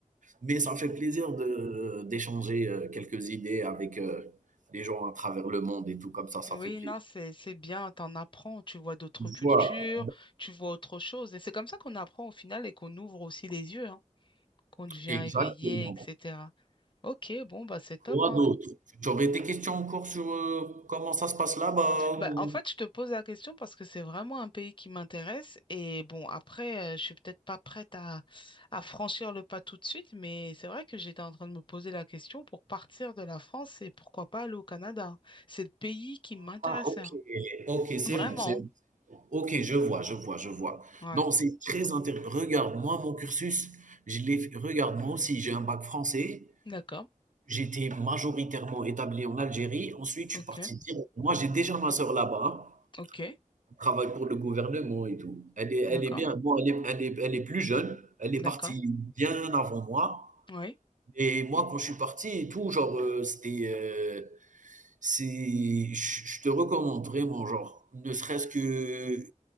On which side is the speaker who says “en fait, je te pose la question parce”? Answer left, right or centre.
Left